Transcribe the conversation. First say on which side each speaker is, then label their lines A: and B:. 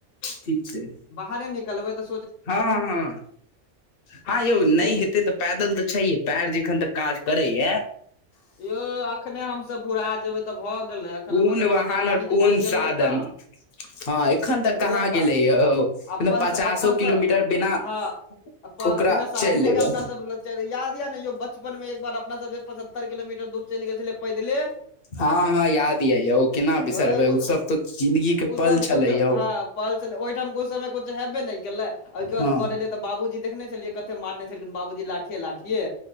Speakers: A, on the left; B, on the left.
A: ठीक छैय
B: बाहरे निकलबै त
A: हँ हँ हँ हाँ यौ नैह
B: की
A: हेतैतऽ पैदल तऽ छैहे पैर जेखन तक काज करैये
B: यौ अखने हमसब बुढ़ा जेबे तऽ भए गेले अखन
A: कोन
B: हमर सब
A: वाहन
B: के जवानी
A: और कोन
B: के जोश
A: सादन
B: गेलै कहाँ
A: ह अखेन त
B: उहे
A: हाँ
B: तऽ
A: गेलै यौ
B: अपन
A: पचासो
B: <unintelligible>
A: किलोमीटर बिना
B: हँ
A: ओकरा
B: बिना साधने
A: चलि लेबै
B: के अपना सब चर याद या न यौ बचपन मे एक बार अपना सबस पचहत्तर किलोमीटर दूर चैल गेल छेलियै पैदलै
A: हँ हमरा याद या यौ केना बिसरबै
B: ओ
A: उसब त जिंन्दगी के
B: ओ
A: पल
B: सब कुछ
A: छलेै या
B: हँ पल छेलै ओहिठाम ओइ समय किछ हेबै नेय केलै ओहिके बाद
A: हँ
B: घर एलै तऽ बाबूजी देखने छेलियै कते मारने छेलखिन बाबूजी लाठिये -लाठिये